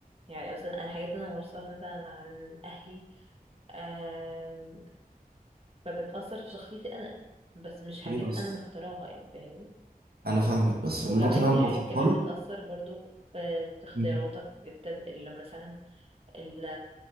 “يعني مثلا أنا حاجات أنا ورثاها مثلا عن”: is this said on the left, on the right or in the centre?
Right